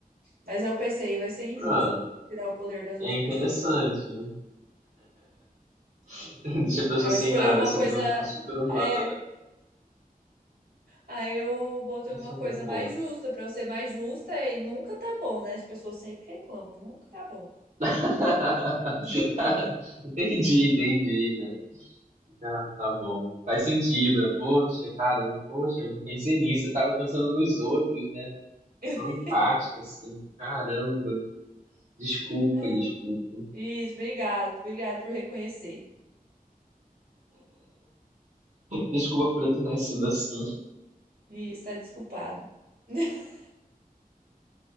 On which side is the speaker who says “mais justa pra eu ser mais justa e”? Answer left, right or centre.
Right